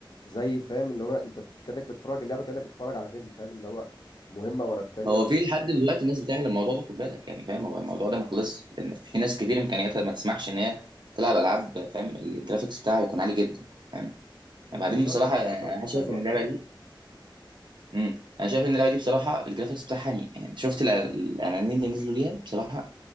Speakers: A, on the left; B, on the right.
A: زي فاهم اللي هو انت بت- كانك بتتفرج اللعبه كانك بتتفرج على فيلم فاهم اللي هو مهمه ورا التانيه
B: هو
A: ورا
B: في
A: التالته
B: لحد دلوقتي ناس بتعمل الموضوع ده خد بالك يعني فاهم هو الموضوع ده ما خلصش لان في ناس كتير امكانياتها ما تسمحش ان هي تلعب العاب فاهم الجرافيكس بتاعها يكون عالي جدا فاهم
A: وفي
B: يعني بعدين
A: نفس
B: بصراحه
A: الوقت قصتها
B: يعني
A: بتكون
B: انا شايف
A: حلوه
B: ان اللعبه
A: فاهم
B: دي امم انا شايف ان اللعبه دي بصراحه الجرافيكس بتاعها يعني يعني أنت شفت الإع- الاعلانين اللي نزلوا ليها بصراحه